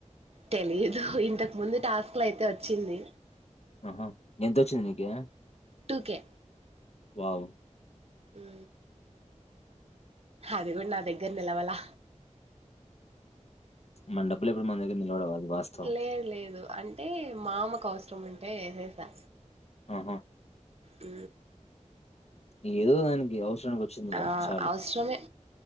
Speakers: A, on the right; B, on the left.
A: తెలియదు ఇంతకా ము ముందు టాస్క్ లు అయితే వచ్చింది
B: ఆహా ఎంతొచ్చింది నీకి
A: టూ కె
B: వావ్
A: హు అది కూడా నా దగ్గర నిలవాలే
B: మన డబ్బులు ఏమన్నా మన దగ్గర నిలబడ అది వాస్తవం
A: లేదు లేదు అం అంటే మామకు అవసరం అంట ఏసేసా
B: ఆహా
A: ఊ
B: ఏదో దానికి ఈ అవసరానికి వచ్చిందిగా
A: ఆ
B: చాలు
A: అవసరమే